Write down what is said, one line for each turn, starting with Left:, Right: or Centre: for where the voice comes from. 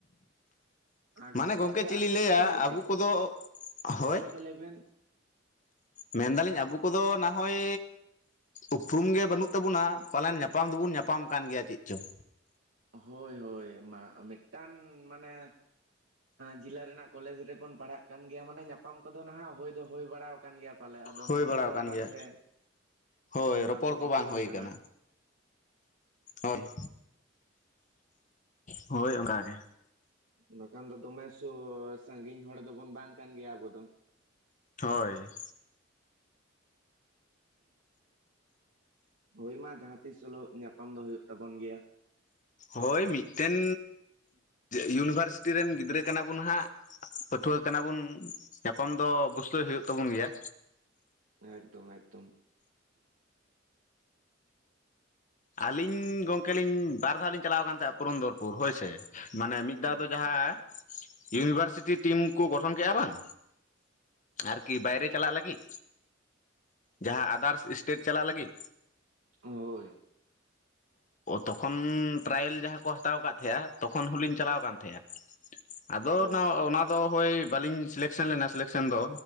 Right: ᱟᱨ
Left: ᱢᱟᱱᱮ ᱜᱚᱝᱠᱮ
Right: ᱟᱯᱮᱭᱟᱜ
Left: ᱪᱮᱫ
Right: ᱟᱹᱛᱩ
Left: ᱞᱤᱧ ᱞᱟᱹᱭᱟ
Right: ᱧᱩᱛᱩᱢ ᱫᱚ
Left: ᱟᱵᱚ
Right: ᱪᱮᱫ
Left: ᱠᱚᱫᱚ,
Right: ᱠᱟᱱᱟ
Left: ᱦᱳᱭᱼᱼ
Right: ᱦᱮᱸ ᱜᱚᱝᱠᱮ ᱞᱟᱹᱭ ᱵᱮᱱ
Left: ᱢᱮᱱ ᱫᱟᱞᱤᱧ ᱟᱵᱩ ᱠᱚᱫᱚ ᱱᱟᱦᱚᱭᱼᱼ ᱩᱯᱨᱩᱢ ᱜᱮ ᱵᱟᱹᱱᱩᱜ ᱛᱟᱵᱩᱱᱟ ᱯᱟᱞᱮᱱ ᱧᱟᱯᱟᱢ ᱫᱚᱵᱚᱱ ᱧᱟᱯᱟᱢ ᱠᱟᱱ ᱜᱮᱭᱟ ᱪᱮᱫ ᱪᱚᱝ᱾
Right: ᱦᱳᱭ ᱦᱳᱭ ᱢᱟ ᱢᱤᱫ ᱴᱟᱝ ᱢᱟᱱᱮ᱾ ᱡᱮᱞᱟ ᱨᱮᱱᱟᱜ ᱠᱚᱞᱮᱡᱽ ᱨᱮᱵᱚᱱ ᱯᱟᱲᱦᱟᱜ ᱠᱟᱱ ᱜᱮᱭᱟ ᱢᱟᱱᱮ ᱧᱟᱯᱟᱢ ᱠᱚᱫᱚ ᱱᱟᱦᱟᱜ ᱦᱩᱭ ᱫᱚ ᱦᱩᱭ ᱵᱟᱲᱟ ᱠᱟᱱ ᱜᱮᱭᱟ᱾ ᱯᱟᱞᱮᱜ ᱟᱫᱚ
Left: ᱦᱩᱭ
Right: ᱦᱟᱸᱜ
Left: ᱵᱟᱲᱟ
Right: ᱩᱯᱨᱩᱢ
Left: ᱟᱠᱟᱱ
Right: ᱵᱟᱝ
Left: ᱜᱮᱭᱟ
Right: ᱛᱮ
Left: ᱦᱳᱭ
Right: ᱵᱟᱵᱚᱱ
Left: ᱨᱚᱯᱚᱲ ᱠᱚ
Right: ᱴᱷᱤᱠᱟᱹᱣ
Left: ᱵᱟᱝ ᱦᱩᱭ
Right: ᱠᱟᱱᱟ᱾
Left: ᱟᱠᱟᱱᱟ ᱦᱳᱭ, ᱦᱳᱭ ᱚᱱᱟᱠᱟ ᱜᱮ᱾
Right: ᱵᱟᱠᱷᱟᱱ ᱫᱚ ᱫᱚᱢᱮ ᱥᱚ ᱥᱟᱸᱜᱤᱧ ᱦᱚᱲ ᱫᱚ ᱵᱚᱱ ᱵᱟᱝ ᱠᱟᱱ ᱜᱮᱭᱟ ᱟᱵᱚ ᱫᱚ᱾
Left: ᱦᱳᱭ
Right: ᱦᱳᱭ ᱢᱟ ᱡᱟᱦᱟᱸ ᱛᱤᱥ ᱦᱤᱞᱳᱜ ᱧᱟᱯᱟᱢ ᱫᱚ ᱦᱩᱭᱩᱜ ᱛᱟᱵᱚᱱ ᱜᱮᱭᱟ᱾
Left: ᱦᱳᱭ ᱢᱤᱫ ᱴᱮᱱ, ᱤᱭᱩᱱᱤᱵᱷᱟᱨᱥᱤᱴᱤ ᱨᱮᱱ ᱜᱤᱫᱽᱨᱟᱹ ᱠᱟᱱᱟ ᱵᱚᱱ ᱦᱟᱸᱜ᱾ ᱯᱟᱹᱴᱷᱩᱣᱟᱹ ᱠᱟᱱᱟ ᱵᱚᱱ ᱧᱟᱯᱟᱢ ᱫᱚ ᱚᱵᱚᱥᱥᱳᱭ ᱦᱳᱭᱳᱜ ᱛᱟᱵᱚᱱ ᱜᱮᱭᱟ᱾
Right: ᱮᱠᱫᱚᱢ ᱮᱠᱫᱚᱢ
Left: ᱟᱹᱞᱤᱧ ᱜᱚᱝᱠᱮ ᱞᱤᱧ ᱵᱟᱨ ᱫᱷᱟᱣ ᱞᱤᱧ ᱪᱟᱞᱟᱣ ᱠᱟᱱ ᱛᱟᱦᱮᱸᱱᱟ ᱯᱩᱨᱚᱱᱫᱚᱨᱯᱩᱨ ᱦᱳᱭ ᱥᱮ᱾ ᱢᱟᱱᱮ ᱢᱤᱫ
Right: ᱚ
Left: ᱫᱷᱟᱣ ᱫᱚ
Right: ᱟᱪᱪᱷᱟ
Left: ᱡᱟᱦᱟᱸ, ᱤᱭᱩᱱᱤᱵᱷᱟᱨᱥᱤᱴᱤ ᱴᱤᱢ ᱠᱚ ᱜᱚᱴᱷᱚᱱ ᱠᱮᱫᱼᱟ ᱵᱟᱝ᱾ ᱟᱨᱠᱤ ᱵᱟᱭᱨᱮ ᱪᱟᱞᱟᱜ ᱞᱟᱹᱜᱤᱫ, ᱡᱟᱸᱦᱟ ᱟᱫᱟᱨᱥ ᱮᱥᱴᱮᱴ ᱪᱟᱞᱟᱜ ᱞᱟᱹᱜᱤᱫ᱾
Right: ᱦᱳᱭ
Left: ᱛᱚ ᱠᱷᱚᱱ ᱴᱮᱨᱟᱭᱮᱞ ᱡᱟᱦᱟᱸ ᱠᱚ ᱦᱟᱛᱟᱣ ᱠᱟᱜ ᱛᱟᱦᱮᱸᱜᱼᱟ, ᱛᱚ ᱠᱷᱚᱱ ᱦᱚ ᱞᱤᱧ ᱪᱟᱞᱟᱣ ᱠᱟᱱ ᱛᱟᱦᱮᱸᱜ-ᱟ᱾ ᱟᱫᱚ
Right: ᱟᱪᱪᱷᱟ
Left: ᱱᱟ ᱚᱱᱟ ᱫᱚ ᱦᱳᱭ ᱵᱟᱞᱤᱧ ᱥᱤᱞᱮᱠᱥᱮᱱ ᱞᱮᱱᱟ ᱥᱤᱞᱮᱠᱥᱮᱱ ᱫᱚ,